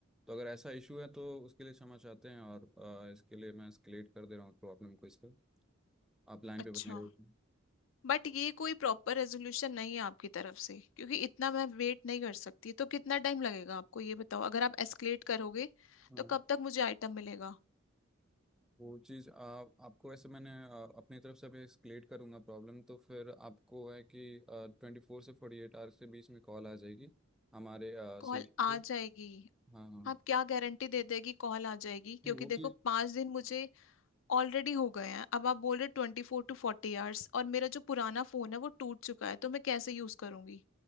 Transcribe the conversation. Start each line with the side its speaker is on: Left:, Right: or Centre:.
Centre: तो अगर ऐसा इशू है तो उसके लिए क्षमा चाहते हैं और अ, इसके लिए मैं एस्केलेट कर दे रहा हूँ प्रॉब्लम को इसका आप लाइन पे
Left: अच्छा
Centre: बने रहिए
Left: बट ये कोई प्रॉपर रेजोल्यूशन नहीं है आपकी तरफ से क्योंकि इतना मैं वेट नहीं कर सकती तो कितना टाइम लगेगा आपको ये बताओ अगर आप एस्केलेट करोगे
Centre: हाँ
Left: तो कब तक मुझे आइटम मिलेगा
Centre: वो चीज़ आप आपको वैसे मैंने अ, अपनी तरफ से भी एस्केलेट करूँगा प्रॉब्लम तो फिर आपको है कि ट्वेंटी फोर से फोर्टी एट आवर्स के बीच में कॉल आ जाएगी हमारे सीनियर
Left: कॉल आ
Centre: से
Left: जाएगी
Centre: हाँ हाँ
Left: आप क्या गारंटी दे देगी कॉल आ जाएगी
Centre: नहीं
Left: क्योंकि
Centre: वो
Left: देखो
Centre: चीज़
Left: पांच दिन मुझे ऑलरेडी हो गए हैं अब आप बोल रहे ट्वेंटी फोर टू फोर्टी आवर्स और मेरा जो पुराना फोन है वो टूट चुका है तो मैं कैसे यूज करूंगी